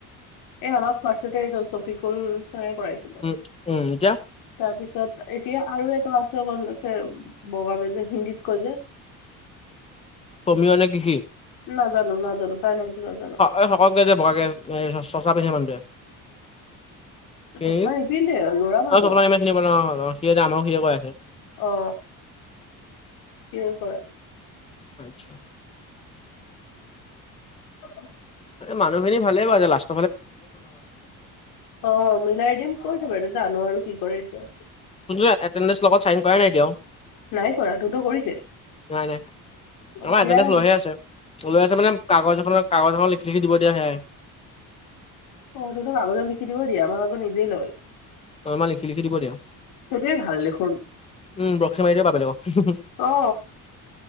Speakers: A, on the left; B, on the left.
A: এই আমাক ফাৰ্ষ্টতে এইজন চফিকুল চাৰে কৰাইছিল।
B: উম উম এতিয়া?
A: তাৰপিছত এতিয়া আৰু এটা আছে অকন বগাকে যে হিন্দীত কয় যে। <inaudible>
B: অমীয় নে কি হি?
A: নাজানো নাজানো তাৰ নামটো নাজানো।
B: এই শকতকে যে বগাকে চছমা পিন্ধে যে মানুহটোৱে।
A: চচমা
B: এ
A: নিপিন্ধে ল'ৰা মানুহ
B: চকলাম <unintelligible> চিনি পালো অ, সি আমাৰো সিয়ে কৰাইছে।
A: অ সিয়ে কৰাই।
B: আচ্ছা।
A: <inaudible>
B: মানুহখিনি ভালেই বাৰু লাষ্ট
A: অ মিলাই দিম কৈছে বাৰু। জানো আৰু কি কৰে এতিয়া।
B: কোনো এটেণ্ডেঞ্চ লগত চাইন কৰা নাই এতিয়াও?
A: নাই কৰা। তহঁতৰ কৰিছে?
B: নাই নাই।
A: অ
B: আমাৰ
A: সেয়াই
B: এটেণ্ডেঞ্চ লৈহে আছে, লৈ আছে মানে কাগজ এখনৰ কাগজ এখনত লিখি লিখি দিব দিয়ে সেয়াই।
A: অ তহঁতক কাগজত লিখি দিব দিয়ে, আমাৰ আকৌ নিজেই লয়।
B: অ আমাৰ লিখি লিখি দিব দিয়ে।
A: সেইটোৱে ভাল দেখোন
B: উম প্ৰক্সি মাৰি দিব পাৰা বেলেগক।
A: অ